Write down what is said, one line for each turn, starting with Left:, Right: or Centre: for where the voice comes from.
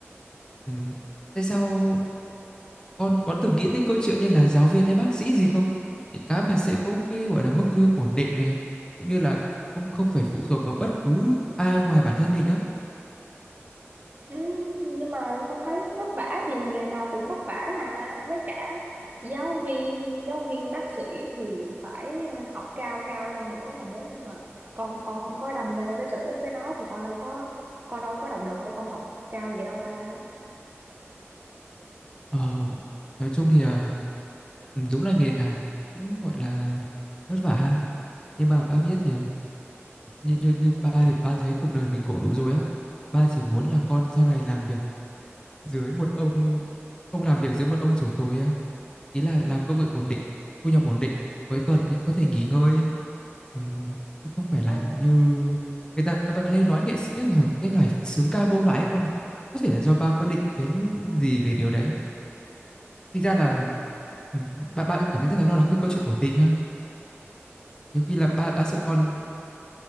Left: ừm, tại sao Con có từng nghĩ đến câu chuyện như là giáo viên hay bác sĩ gì không? Những cái mà sẽ có cái gọi là mức lương ổn định này, cũng như là không không phải phụ thuộc vào bất cứ ai ngoài bản thân mình á.
Right: Ừ, nhưng mà con thấy vất vả thì nghề nào cũng vất vả mà với cả giáo viên giáo viên bác sĩ thì phải à, học cao cao lên nữa mà nếu như mà con con không có đam mê với sở thích với nó thì con đâu có con đâu có động lực để con học cao vậy đâu ba
Left: Ờ, nói chung thì à, ừ, đúng là nghề nào cũng gọi là vất vả ha. Nhưng mà ba biết thì à, như như như ba thì ba thấy cuộc đời mình khổ đủ rồi á. Ba chỉ muốn là con sau này làm việc dưới một ông ông làm việc dưới một ông chủ tối á ý là làm công việc ổn định thu nhập ổn định cuối tuần thì có thể nghỉ ngơi Ừm, chứ không phải là
Right: ừ,
Left: như người ta vẫn hay nói nghệ sĩ là cái loài sướng ca vô loại ấy con ạ có thể là do ba có định kiến gì về điều đấy thực ra
Right: ừ,
Left: là ừm, ba ba
Right: ừ,
Left: cảm thấy rất là lo lắng về câu chuyện ổn định ha nhiều khi là ba ba sợ con